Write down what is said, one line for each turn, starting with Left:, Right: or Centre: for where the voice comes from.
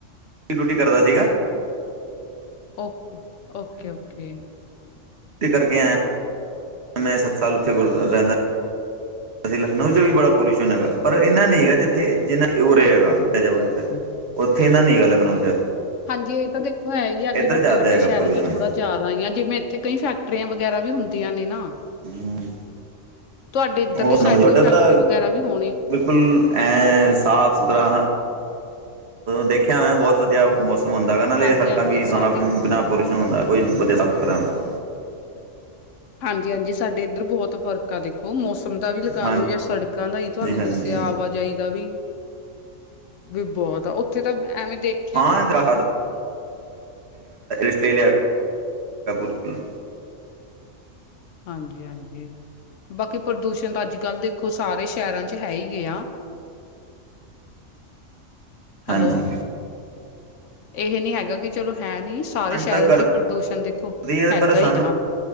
Right: ਡਿਊਟੀ ਕਰਦਾ ਸੀਗਾ।
Left: ਓਕੇ- ਓਕੇ- ਓਕੇ
Right: ਤੇ ਕਰਕੇ ਆਇਆ। ਮੈਂ ਸਤ ਸਾਲ ਉਥੇ ਗੁਰ ਰਹਿੰਦਾ। ਅਸੀ ਲਖਨਊ 'ਚ ਵੀ ਬੜਾ ਪੋਲਿਊਸ਼ਨ ਹੈਗਾ ਪਰ ਇੰਨਾ ਨੀ ਹੈਗਾ ਜਿੱਥੇ ਅ ਜਿੰਨਾ ਉਰੇ
Left: ਹਾਂਜੀ-ਹਾਂਜੀ।
Right: ਹੈਗਾ
Left: ਹਾਂਜੀ
Right: ਹੇਜਾਬਾਦ
Left: ਹਾਂਜੀ
Right: 'ਚ ਉੱਥੇ, ਇਹ ਨੀ ਗਾ ਲਖਨਊ ਚ।
Left: ਹਾਂਜੀ, ਇਹ ਤਾਂ ਦੇਖੋ ਹੈ ਹੀ ਆ ਕਿ
Right: ਇੱਧਰ
Left: ਵੱਡੇ
Right: ਜ਼ਿਆਦਾ
Left: ਵੱਡੇ
Right: ਹੈਗਾ
Left: ਸ਼ਹਿਰਾਂ
Right: ਪੋਲੂਸ਼ਨ
Left: ਚ ਥੋੜਾ ਜ਼ਿਆਦਾ ਆ ਜਿਵੇਂ ਇੱਥੇ ਕਈ ਫੈਕਟਰੀ ਟਰੇ, ਵਗੈਰਾ ਵੀ ਹੁੰਦੀਆਂ ਨੇ ਨਾ।
Right: <unintelligible> <unintelligible>
Left: ਤੁਹਾਡੇ ਇੱਧਰਲੀ
Right: ਹੋਰ ਸੁਣਾਓ
Left: ਸਾਈਡ,
Right: ਜੀ? ਤੁਹਾਡੇ
Left: ਕੋਈ ਫੈਕਟਰੀ
Right: ਤਾਂ
Left: ਵਗੈਰਾ ਵੀ ਹੋਣੀ।
Right: ਬਿਲਕੁਲ, ਐ ਸਾਫ਼ ਸੁਥਰਾ। ਦੇਖਿਆ, ਮੈਂ ਬਹੁਤ ਵਧੀਆ ਮੌਸਮ ਹੁੰਦਾ ਗਾ ਨਾਲੇ
Left: ਹਾਂਜੀ-ਹਾਂਜੀ
Right: ਸੜਕਾਂ ਵੀ
Left: ਸਾਡੇ
Right: ਬਿਨਾਂ ਪੋਲਿਊਸ਼ਨ ਹੁੰਦਾ ਕੋਈ, ਬੇ ਸ <unintelligible>
Left: ਹਾਂਜੀ, ਹਾਂਜੀ ਸਾਡੇ ਇੱਧਰ ਬਹੁਤ ਫ਼ਰਕ ਆ, ਦੇਖੋ ਮੌਸਮ ਦਾ ਵੀ ਲਗਾ
Right: ਹਾਂਜੀ
Left: ਲਓ ਜਾਂ ਸੜਕਾਂ ਦਾ ਤੁਹਾਨੂੰ
Right: ਹਾਂਜੀ
Left: ਦੱਸਿਆ, ਆਵਾਜਾਈ ਦਾ ਵੀ, ਵੀ ਬਹੁਤ ਆ ਉੱਥੇ ਤਾਂ ਐਵੇਂ ਦੇਖ
Right: ਹਾਂਰਾ <unintelligible> ਆਸਟ੍ਰੇਲੀਆ <unintelligible>
Left: ਹਾਂਜੀ, ਹਾਂਜੀ ਬਾਕੀ ਪ੍ਰਦੂਸ਼ਣ ਤਾਂ ਅੱਜ ਕੱਲ੍ਹ ਦੇਖੋ, ਸਾਰੇ ਸ਼ਹਿਰਾਂ ਚ ਹੈ ਹੀ ਗ ਆ।
Right: ਹਾਂਜੀ
Left: ਹੈਲੋ, ਇਹ ਨਹੀਂ ਹੈਗਾ ਕਿ ਚਲੋ ਹੈ ਨੀ। ਸਾਰੇ
Right: ਮਿਹਨਤ
Left: ਸ਼ਹਿਰਾਂ
Right: ਤਾਂ ਕਰਦੀ
Left: ਚ ਹੀ ਪ੍ਰਦੂਸ਼ਣ ਦੇਖੋ,
Right: ਹੈ
Left: ਹੈਗਾ
Right: ਪਰ ਸਾਨੂੰ
Left: ਹੀ।